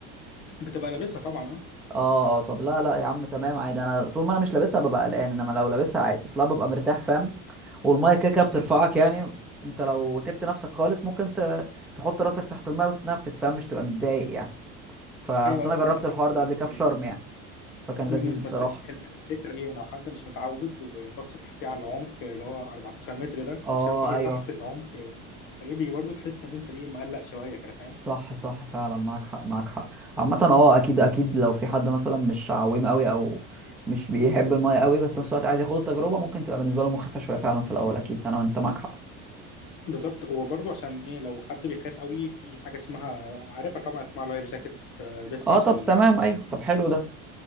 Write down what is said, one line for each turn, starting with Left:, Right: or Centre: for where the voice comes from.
Left: بتبقى لابسها طبعا أه
Centre: اه طب لا لا يا عم تمام عادي انا طول ما انا مش لابسها ببقى قلقان انما لو لابسها عادي اصلا ببقى مرتاح فاهم والميه كده كده بترفعك يعني انت لو سبت نفسك خالص ممكن ت... تحط راسك تحت الميه وتتنفس فاهم مش تبقى متضايق يعني فاصل
Left: أيوه بس
Centre: انا جربت
Left: أنت عارف
Centre: الحوار
Left: ال...
Centre: ده قبل كده في شرم يعني فكان
Left: مم.
Centre: لذيذ بصراحه
Left: بس ال- الفكرة هي لو حد مش متعود وبص تحتيه على العمق اللي هو 14 متر ده
Centre: اه
Left: وشاف بقى ايه
Centre: ايوه
Left: تحت العمق فايه برضه تحس ان انت ايه مقلق شوية كده فاهم
Centre: صح صح فعلا معاك حق معاك حق عامة اه اكيد اكيد لو في حد مثلا مش عويم قوي او مش بيحب المية قوي بس في نفس الوقت عايز ياخد التجربة ممكن تبقى بالنسبة له مخيفة شوية فعلا في الاول اكيد انا انت معاك حق
Left: بالظبط هو برضه عشان ايه لو حد بيخاف قوي في حاجة اسمها عارفها طبعا اسمها لايف جاكيت بتلبسها
Centre: اه
Left: عشان
Centre: طب تمام ايوه طب حلو ده